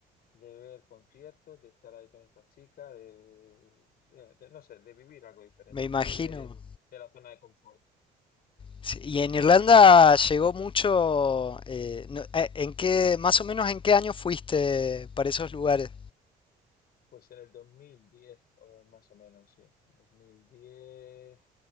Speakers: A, on the left (about 65°); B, on the left (about 30°).
A: de ver conciertos, de estar ahí con estas chicas de, de- de- no sé, de vivir algo diferente,
B: Me imagino.
A: salir de, de la zona de confort.
B: Sí, Y en Irlanda llegó mucho. eh, no- eh, ¿en qué, más o menos en qué año fuiste para esos lugares?
A: Pues en el 2010 o más o menos, sí, 2010